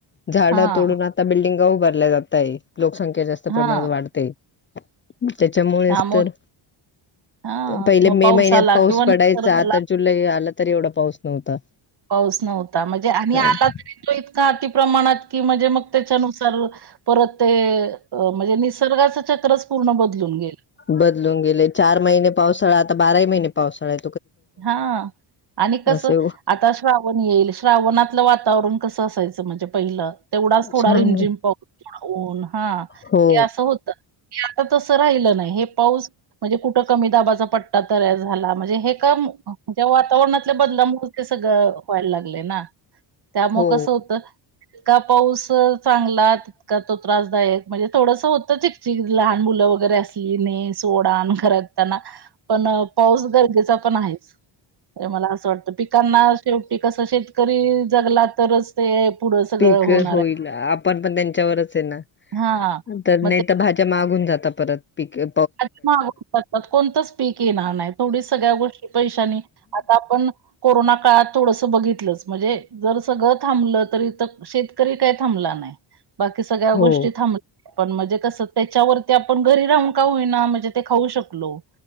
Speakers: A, on the left (about 25°); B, on the right (about 55°).
A: झाडं
B: हा
A: तोडून आ आता बिल्डिंगा उभारल्या जात्ताय लोकसंख्या जास्त प्रमाणात
B: हा
A: वाढतंय त्याच्यामुळेच
B: त्यामु
A: तर
B: हा
A: पहिले
B: मग
A: मे
B: पाऊस
A: मैन्यात
B: आला
A: पाऊस
B: किंवा निसर्गाला
A: पडायचा आता जुलै आलं तरी थोडा पाऊस नव्हता
B: पाऊस नव्हता म्हणजे आणि आला
A: <unintelligible>
B: तरी तो इतका अति प्रमाणात कि म्हणजे मग त्याच्यानुसार परत तेए म्हणजे निसर्गाचं चक्रच पूर्ण बदलून गेल
A: बदलून गेलयं, चार मइने पावसाळा आता बाराही मइने पावसाळा्य.
B: हा आणि कसं
A: असे
B: आता श्रावण येईल, श्रावणातलं वातावरण कसं असायचं म्हणजे पहिलं, तेवडाच थोडा
A: छान
B: रिमझिम पाऊ थोडं ऊन. हा ते
A: हो
B: असं होतं. हे आता तसं राहिलं नाही हे पाऊस म्हणजे कुठं कमी दाबाचा पट्टा तयार झाला म्हणजे हे <unintelligible> त्या वातावरणातल्या बदलामुळं ते सगळं व्हायल लागलय ना?. त्यामुळे
A: हो
B: कसं होतं, का पाऊ स चांगलाच का तो त्रासदायक, म्हणजे थोडंस होतं चिकचीक, लहान मुलं वगरे असली ने सोडान अन खरात त्यांना, पण पाऊस गरजेचा पण आहेच त मला असं वाटतं, पिकांना शेवटी कसं शेतकरी जगला तरच ते पुढं <unintelligible>
A: पीकं होईल
B: आहे.
A: आपण पण त्यांच्यावरच आहे ना?.
B: हां.
A: तर नेटअ
B: मग ते
A: भाज्या माग हून जातात परत पीके
B: आदी माग तात <unintelligible> कोणतंच पीक येणार नाही, थोडी सगळ्या गोष्टी पैशानी आता आपण कोरोना काळात थोडसं बघितलंच म्हणजे जर सगळं थांबलं तर इथं शेतकरी काय थांबला नाही. बाकी सगळ्या
A: हो
B: गोष्टी थांबल्या, पण म्हणजे कसं त्याच्यावरती आपण घरी राहून का होईना, म्हणजे ते खाऊ शकलो.